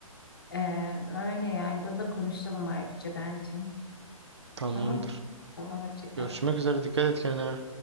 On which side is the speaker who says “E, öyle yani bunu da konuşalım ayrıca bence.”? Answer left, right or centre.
Left